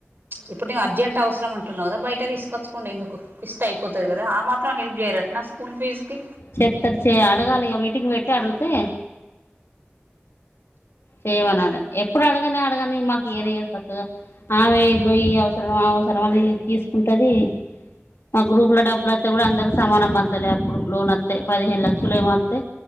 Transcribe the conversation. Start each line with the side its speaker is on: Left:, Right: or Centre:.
Right: ఇప్పుడు నేను అర్జెంట్ అవసరం అంటున్నావు కదా బయట తీసుకొచ్చకుండా ఎందుకు ఇష్ట అయిపోతది కదా ఆ మాత్రం హెల్ప్ చేయరటన స్కూల్ ఫీజ్ కి
Left: చెత్తర్ చే అడగాలి ఇగ మీటింగ్ పెట్టి అడిగితే చేయమనాల ఎప్పుడు అడగనే అడగా మాకు ఇయ్యనే ఇయ్యరు సక్కగా ఆమె ఏందో ఈ అవసరం ఆ అవసరం అనేది తీసుకుంటది మా గ్రూపు లో డబ్బు బ్బులోత్తే కూడా అందరికి సమానం పంచలే అప్పుడు లోన్ వత్తే పదిహేను లక్షలు ఏమో వత్తే